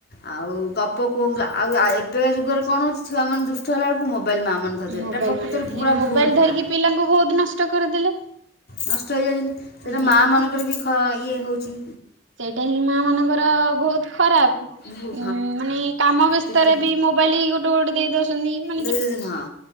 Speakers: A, on the left; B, on the right.
A: ଆଉ ଗପ କୋହୁ ଆଉ ଆ ଏବେକା ଯୁଗରେ କଣ ହୋଉଚି ଛୁଆମାନେ ଦୁଷ୍ଟ ହେଲା ବେଳକୁ ମୋଵ୍ ମୋବାଇଲ ମାମାନେ ଧର୍ ଦେବେ
B: ମୋବାଇଲ
A: ଏଟା ପ୍ରକୃତରେ
B: ମାନେ
A: ପୁରା
B: ମୋବାଇଲ
A: ଭୁଲ ପୁରା
B: ଧରିକି ପିଲାଙ୍କୁ ବୋହୁତ ନଷ୍ଟ କରିଦେଲେ।
A: ନଷ୍ଟ ହେଇଯାଉଛନ୍ତି। ସେଇଟା
B: ନିହାତି।
A: ମା ମାନଙ୍କର ବି ଖ ଇଏ ହଉଛି
B: ସେଇଟା ହିଁ ମା ମାନଙ୍କର ବହୁତ ଖରାପ ଉଁ
A: ହଁ
B: ମାନେ କାମ ବ୍ୟସ୍ତରେ
A: କିନ୍ତୁ
B: ବି ମୋବାଇଲି ଗୋଟେ ଗୋଟେ ଦେଇ ଦଉ ଯୋଉ ନି ମାନେ
A: ଦେଇଦେଉଛନ୍ତି ହଁ